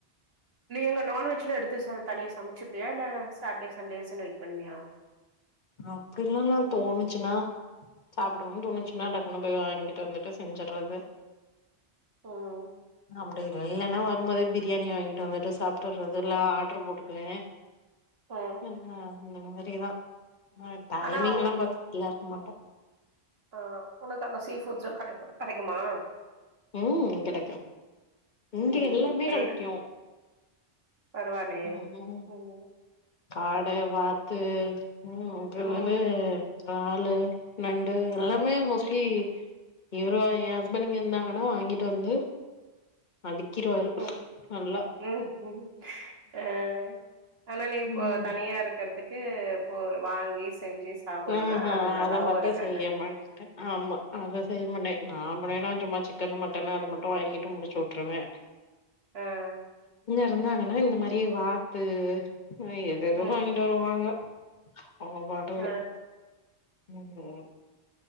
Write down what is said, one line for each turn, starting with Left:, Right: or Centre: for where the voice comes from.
Right: நீங்க நான்வெஜ்ல எடுத்து ச தனியா சமைச்சு ப்பியா இல்ல சாட்டே சண்டேஸ்னு வெயிட் பண்ணுவியா
Left: அப்படிலா இல்ல தோணுச்சுன்னா சாப்பிடன்னனு தோணுச்சுன்னா டக்குனு போய் வாங்கிட்டு வந்துட்டு செஞ்சடுறது
Right: ம்
Left: அப்படி இ இல்லைன்னா வரும்போதே பிரியாணி வாங்கிட்டு வந்துட்டு சாப்பிட்டுறது இல்ல ஆர்டரு போட்டுக்குவேன்
Right: ம்
Left: ஹம் ஹ இந்த மாறிதான் ஆஹ் டைமிங்
Right: ஆனா
Left: எல்லா பாத்ததுல மாட்டே
Right: ஆஹ் உனக்கு அங்க சீஃபுட்ஸும் கிடைக்கும் கிடைக்குமா
Left: ம் கெடைக்கு இங்க
Right: உம்
Left: எல்லாமே
Right: எல்ல
Left: கெடைக்கு
Right: பரவில்லையே
Left: ம் ம்
Right: உம் உம்
Left: காட வாத்து உம் அப்பறோ
Right: ம்
Left: வந்து காலு நண்டு எல்லாமே
Right: ம்
Left: மோஸ்ட்லி இவருவ என் ஹஸ்பண்ட் இங்க இருந்தாங்கடா வாங்கிட்டு வந்து அடுக்கிருவாரு
Right: உம்
Left: நல்லா
Right: உம் உம் ஆஹ் ஆனா நீ இப்போ
Left: ம்
Right: தனியா இருக்கிறதுக்கு க்கு போ வாங்கி செஞ்சு சாப்புட்ணுன்னா
Left: இஹ் ஹா
Right: அது நல்லாவு
Left: அத மட்டும்
Right: இருக்காது
Left: செய்ய மாட்டேன் ஆமா அத செய்யமட்டேன் நா அப்பற ஏனாச்சும்மா சிக்கன்னு மட்டனு அத மட்டும் வாங்கிட்டு முடிச்சுவுட்டுருவேன்.
Right: அஹ்
Left: இருந்தாங்கன்னா இந்தமாறி வாத்து ஆ எதுஎதோ
Right: ம்
Left: வாங்கிட்டு வருவாங்க அவங்க பாட்க்கு
Right: ஆ
Left: உம் ஹூம்